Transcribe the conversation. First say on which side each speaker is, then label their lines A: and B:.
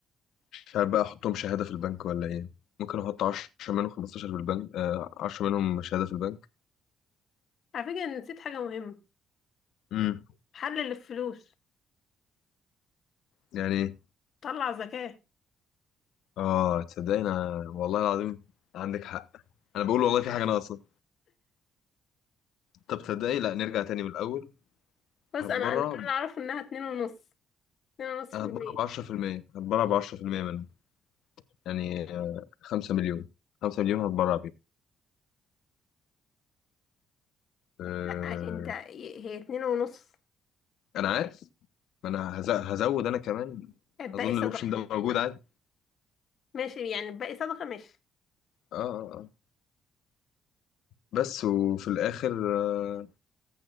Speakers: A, on the left; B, on the left.
A: مش عارف بقى أحطهم شهادة في البنك ولا إيه ممكن أحط 10 منهم 15 في البنك آه 10 منهم شهادة في البنك
B: على فكره أنا نسيت حاجه مهمه
A: امم
B: حلل الفلوس
A: يعني إيه؟
B: طلع زكاه
A: اه تصدقني انا والله العظيم عندك حق انا بقول والله في حاجه ناقصه طب تصدقني لا نرجع تاني من الاول
B: بص
A: هتبرع
B: انا انا كان اعرف انها اتنين ونص اتنين ونص
A: انا
B: في المية
A: هتبرع ب 10% هتبرع ب 10% منه يعني 5 مليون 5 مليون هتبرع بيه أه...
B: لا انت هي اتنين ونص
A: انا عارف ما انا هز- هزود انا كمان
B: الباقي
A: اظن
B: صدقه
A: الاوبشن ده موجود عادي
B: ماشي يعني الباقي صدقه ماشي
A: اه اه آه. بس وفي الاخر آه،